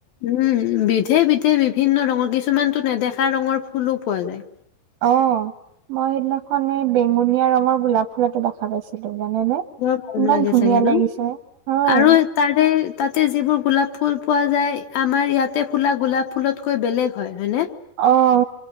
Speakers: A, on the left; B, on the right.
A: উম বিধে বিধে বিভিন্ন ৰঙৰ কিছুমানতো নেদেখা ৰঙৰ ফুলো পোৱা যায়।
B: অ মই সেইদিনাখন এই বেঙুনীয়া ৰঙৰ গোলাপ ফুল এটা দেখা পাইছিলো জানেনে।
A: বৰ মৰম
B: ইমান
A: লাগে
B: ধুনীয়া
A: চাগে ন?
B: লাগিছে হয়।
A: আৰু তাৰে তাতে যিবোৰ গোলাপ ফুল পোৱা যায় আমাৰ ইয়াতে ফুলা গোলাপ ফুলত কৈ বেলেগ হয় হয়নে।
B: অ অ